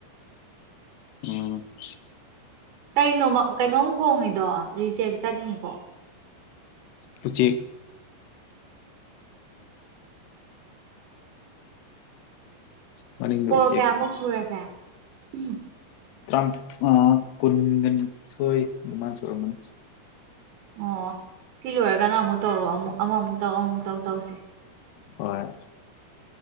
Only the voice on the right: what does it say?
ꯀꯩꯅꯣꯃꯛ ꯀꯩꯅꯣꯝ ꯈꯣꯡꯉꯤꯗꯣ ꯔꯤꯖꯦꯛ ꯆꯠꯅꯤꯀꯣ
ꯀꯣꯜ
ꯀꯌꯥꯃꯨꯛ ꯁꯨꯔꯒꯦ ꯎꯝ
ꯑꯣ ꯁꯤ ꯂꯣꯏꯔꯒ ꯅꯪ ꯑꯃꯨꯛ ꯇꯧꯔꯣ ꯑꯃꯨꯛ ꯑꯃꯃꯨꯛ ꯇꯧ ꯑꯃꯃꯨꯛ ꯇꯧ ꯇꯧꯁꯦ